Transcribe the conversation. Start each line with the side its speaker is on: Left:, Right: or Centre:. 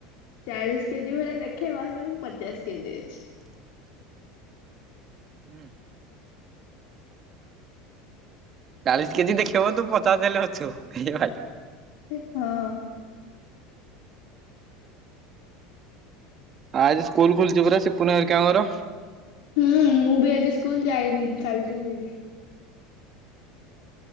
Left: ଚାଳିଶ କେଜି ଭଳିଆ ଦେଖେଇବ ହେଲେ ମୁଁ ପଚାଶ କେଜି ଅଛି।
Right: ହୁଁ। ଚାଳିଶ କେଜି ଦେଖେଇବ ତୁ ପଚାଶ ହେଲେ ଅଛୁ ଏ ଭାଇ
Left: ସି ହଁ
Right: ଆଉ ଆଜି ସ୍କୁଲ ଖୋଲିଛି ପୁରା ସିପୁନ ହେରିକାଙ୍କର।
Left: ହୁଁ ମୁଁ ବି ଆଜି ସ୍କୁଲ ଯାଇନି କାଲିଠୁ ଯିବି।